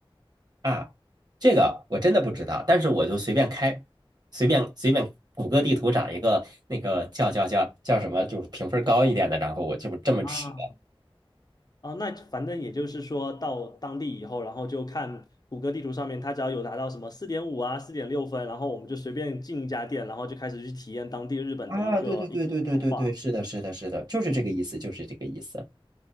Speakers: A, on the right; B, on the left.
A: 啊，这个我真的不知道，但是我就随便开，随便随便谷歌地图找一个那个叫叫叫叫什么，就是评分高一点的，然后我就这么吃的。
B: 啊，啊，那反正也就是说到当地以后，然后就看谷歌地图上面，它只要有达到什么四点五啊、四点六分，然后我们就随便进一家店，然后就开始去体验当地日本的一个饮食文化。
A: 啊，对对对对对对对，是的，是的，是的，就是这个意思，就是这个意思。